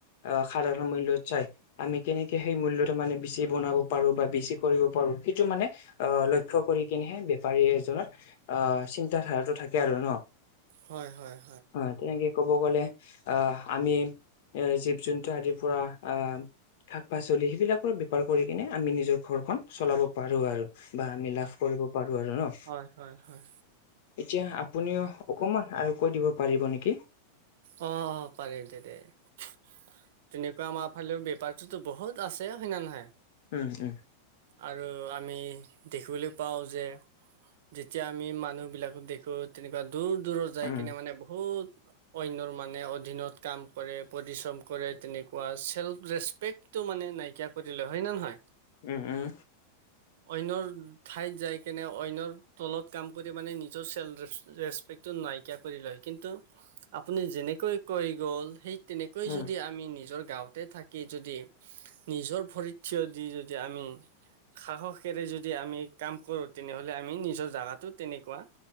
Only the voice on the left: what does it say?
অ সাধাৰণ মূল্যত চাই, আমি কেনেকে সেই মূল্যটো মানে বেছি বনাব পাৰো বা বেছি কৰিব পাৰো সেইটো মানে, আহ লক্ষ্য কৰি কিনেহে বেপাৰী এজনৰ আহ চিন্ত ধাৰাটো থাকে আৰু ন,
হয় তেনেকে, ক'ব গ'লে আহ আমি এ জীৱ জন্তু আদিৰ পৰা আহ, শাক পাচলি সেইবিলাকৰ বেপাৰ কৰি কিনে আমি নিজৰ ঘৰখন চলাব পাৰোঁ আৰু, বা আমি লাভ কৰিব পাৰো আৰু ন,
এতিয়া আপুনিও অকমান আৰু কৈ দিব পাৰিব নেকি?
উম উম
উম
উম উম,
উম